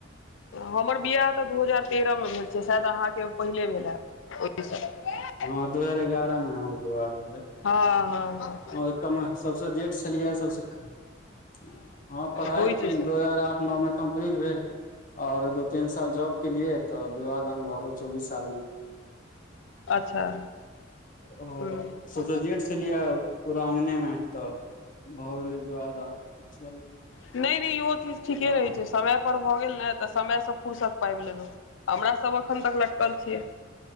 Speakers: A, on the left; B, on the left.
A: हमर बिआह तऽ दू हजार तेरहमे भेल छै, शायद अहाँकेँ पहिले भेल हैइत। उड़ीसा <unintelligible>
B: हँ दू हजार एगारह मे हमर विवाह भेलै।
A: हँ हँ ह
B: आओर कमसँ कम जेठ छलियै सभसँ। हँ, पढ़ाइ
A: होइ छै
B: दू
A: से
B: हजार आठ नओ मे। कम्प्लेटे भेल आ दू तीन साल जॉब केलियै, तऽ विवाह भेल। लगन भागले चौबीस सालमे।
A: अच्छा
B: ओ
A: ह
B: सभसँ जेठ पियै पराँगने मे तऽ भऽ गेलै विवाह।
A: नहि नहि, इहो चीज ठीके
B: बाबा
A: रहैत छै, समय पर भऽ गेल ने तऽ। तऽ समयसँ फुर्सति पाबि लेलहुँ, हमर सभ एखन तक लटकल छी।